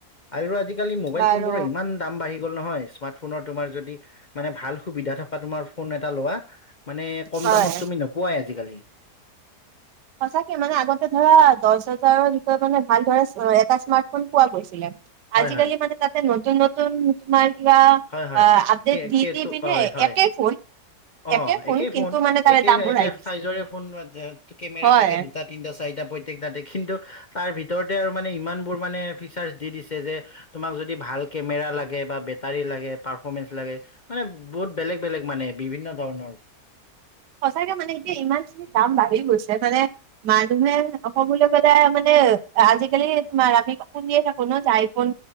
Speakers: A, on the left; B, on the right.
A: আৰু আজিকালি মোবাইল
B: বাৰু
A: ফোনবোৰৰ ইমান দাম বাঢ়ি গ'ল নহয় স্মাৰ্ট- ফোনৰ তোমাৰ যদি মানে ভাল সুবিধা থকা তোমাৰ ফোন এটা লোৱা মানে কম
B: হয়।
A: দামত তুমি নোপোৱাই আজিকালি।
B: সঁচাকে মানে আগতে ধৰা দহ হাজাৰৰ ভিতৰত মানে ভাল ধৰা এটা স্মাৰ্টফোন পোৱা গৈছিলে।
A: হয়
B: আজিকালি
A: হয়
B: মানে তাতে নতুন নত- তোমাৰ কিবা
A: হয় হয়
B: আ আপডেদ
A: কে
B: দি
A: কেটো
B: দি পিনে
A: হয় হয়
B: একে ফোন।
A: অ
B: একে
A: একেই
B: কিন্তু
A: ফোন।
B: মানে তাৰে
A: একে
B: দাম বঢ়াই
A: একে
B: দিছে।
A: চাইজৰে ফোন কেমেৰা
B: হয়
A: থাকে দুটাত। তিনটা চাৰিটা প্ৰত্যেক টাতে কিন্তু তাৰ ভিতৰতে আৰু মানে ইমান বোৰ মানে ফিচাৰ্চ দি দিছে যে- তোমাক যদি ভাল কেমেৰা লাগে বা বেটাৰী লাগে, পাৰফৰমেন্স লাগে। মানে বহুত বেলেগ বেলেগ মানে বিভিন্ন ধৰণৰ।
B: সঁচাকে মানে এতিয়া ইমানখিনি দাম বাঢ়ি গৈছে মানে মানুহে ক'বলৈ গলে মানে আজিকালি তোমাৰ আমি শুনিয়ে থাকো ন আইফোন